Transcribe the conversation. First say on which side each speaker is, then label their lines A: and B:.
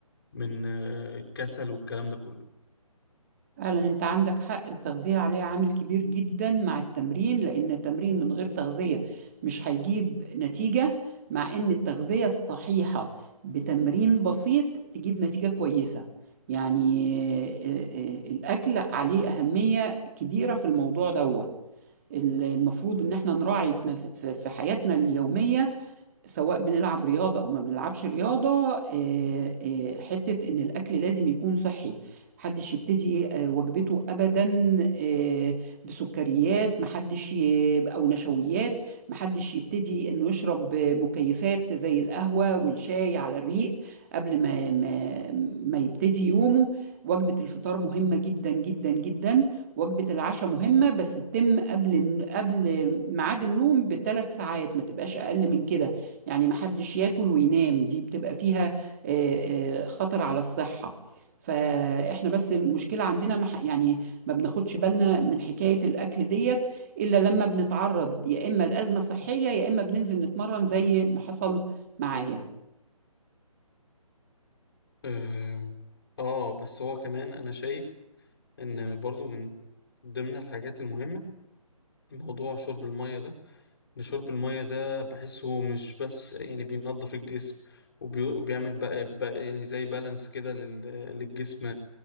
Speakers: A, on the left; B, on the right.
A: من آه، الكسل والكلام ده كله
B: فعلا انت عندك حق التغذية عليها عامل كبير جدا مع التمرين لان التمرين من غير تغذية مش هيجيب نتيجة مع ان التغذية الصحيحة بتمرين بسيط تجيب نتيجة كويسة يعني آه، آه، الاكل عليه اهمية كبيرة في الموضوع ده المفروض ان احنا نراعي في نف- في- في حياتنا اليومية سواء بنلعب رياضة أو ما بنلعبش رياضة آه، آه، حتة إن الأكل لازم يكون صحي محدش يبتدي آه، وجبته أبدا آه، بسكريات محدش ي- أو نشويات محدش يبتدي إنه يشرب آه، مكيفات زي القهوة والشاي على الريق قبل ما ما ما يبتدي يومه وجبة الفطار مهمة جدا جدا جدا وجبة العشاء مهمة بس تتم قبل قبل ميعاد النوم بثلاث ساعات ما تبقاش أقل من كده يعني محدش ياكل وينام دي بتبقى فيها آه، آه، خطر على الصحة فاحنا بس المشكلة عندنا مح- يعني ما بناخدش بالنا من حكاية الأكل ديت إلا لما بنتعرض يا إما لأزمة صحية يا إما بننزل نتمرن زي ما حصل معايا
A: آم، آه بس هو كمان أنا شايف إن برضو من ضمن الحاجات المهمة موضوع شرب المية ده لشرب المية ده بحسه مش بس يعني بينظف الجسم وبي... وبيعمل بقى بقى يعني زي بالانس كده لل... للجسم